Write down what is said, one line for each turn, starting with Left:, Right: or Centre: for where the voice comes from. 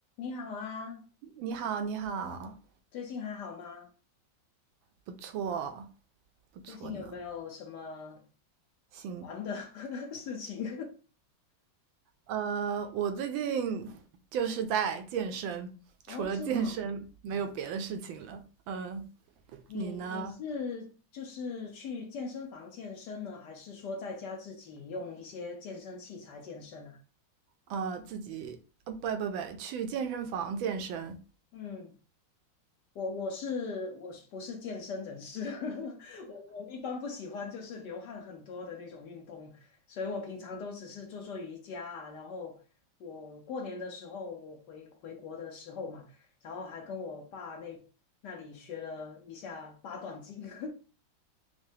Left: 你好啊，
Right: 你好，你好，
Left: 最近还好吗？
Right: 不错，不错呢。
Left: 最近有没有什么
Right: 行，
Left: 玩的 <laughs> 事情？
Right: 呃，我最近就是在健身，
Left: <laughs> 哦，
Right: 除了健身没有别的事情了。
Left: 是吗？
Right: 嗯、
Left: 你你是就是去健身房健身呢，
Right: 你呢？
Left: 还是说在家自己用一些健身器材健身啊？
Right: 呃，自己，呃，不不不，去健身房健身
Left: 嗯。我我是我是不是健身人士？<laughs> 我我一般不喜欢就是流汗很多的那种运动，所以我平常都只是做做瑜伽啊。然后我过年的时候，我回回国的时候嘛，然后还跟我爸那那里学了一下八段锦。<laughs>